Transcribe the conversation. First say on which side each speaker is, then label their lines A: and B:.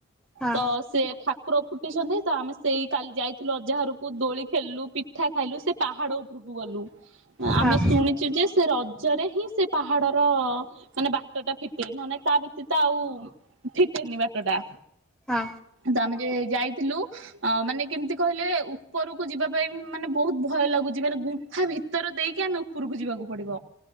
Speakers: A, in the centre; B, on the right (about 70°).
A: ହଁ
B: ତ ସେ ଠା କୁର ଫୁଟିଛନ୍ତି ତ ଆମେ ସେଇ କାଲି ଯାଇଥିଲୁ ଅଜା ଘରକୁ ଦୋଳି ଖେଳିଲୁ ପିଠା ଖାଇଲୁ ସେ ପାହାଡ଼ ଉପରକୁ ଗଲୁ ଅ ଆମେ
A: ହଁ
B: ଶୁଣିଛୁ ଯେ ସେ ର ଜରେ ହିଁ ସେ ପାହାଡ଼ର ମାନେ ବାଟ ଟା ଫିଟେ ନହଲେ ନାଇଁ ତା ବ୍ୟତୀତ ଆଉ ଫିଟେନି ବାଟଟା।
A: ହଁ।
B: ତ ଆମେ ଯେ ଯାଇଥିଲୁ ଅ ମାନେ କେମିତି କହିଲେ ଉପରକୁ ଯିବା ପାଇଁ ମାନେ ବୋହୁତ ଭୟ ଲାଗୁଛି ମାନେ ଗୁମ୍ଫା ଭିତରେ ଦେଇକି ଆମେ ଉପରକୁ ଯିବାକୁ ପଡ଼ିବ।